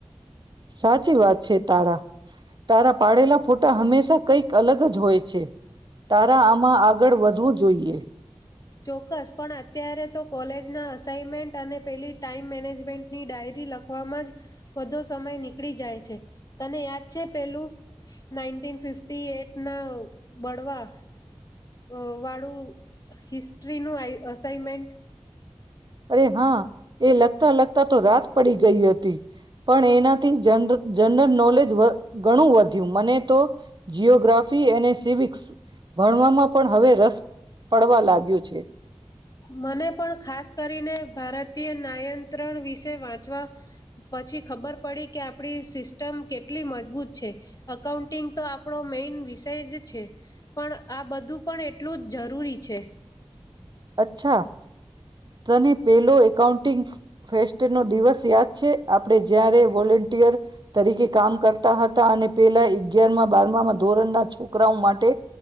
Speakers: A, on the right; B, on the left.
A: સાચી વાત છે તારા તારા પાડેલા ફોટા હંમેશા કઈક અલગ જ હોય છે તારા આમાં. આગળ વધવું જોઈએ
B: ચોક્કસ પણ અત્યારે તો કોલેજ. ના અનમેન્ટ અને પેલી ટાઈમ મેનેજમેન્ટની ડાયરી લખવાવામાં જ વધો સમય નીકળી જાય છે તને યાદ છે પેલું નાઈન ફિફ એટ ના બળવા. અ વાળું હિસ્ટ્રીનું આ અસાઈનમેન્ટ.
A: અરે હા એ લગતા લગતા તો રાત પડી ગઈ હતી. પણ એનાથી જન. જનરલ નોલેજ ગણું વધ્યું મને તો જીઓગ્રાફી અને સિવિક્સ. ભણવામાં પણ હવે રસ. પડવા લાગ્યું છે.
B: મને પણ ખાસ કરીને ભારતીય નાયંત્રણ વિશે વાંચવા પછી ખબર પડી કે આપણી સિસ્ટમ કેટલી મજબૂત છે અઉન્ટિંગ તો આપણો મેઈન વિષય જ છે પણ આ બધું પણ એટલું જ જરૂરી છે.
A: <unintelligible> છ. તને પેલો એકાઉન્ટિંગ્સ. ફેસ્ટ નો દિવસ યાદ છે આપણે જયારે વોલન્ટિયર તરીકે કામ કરતા હતા અને પેલા અગયારમાં બારમામાં ધોરણ ના છો. માટે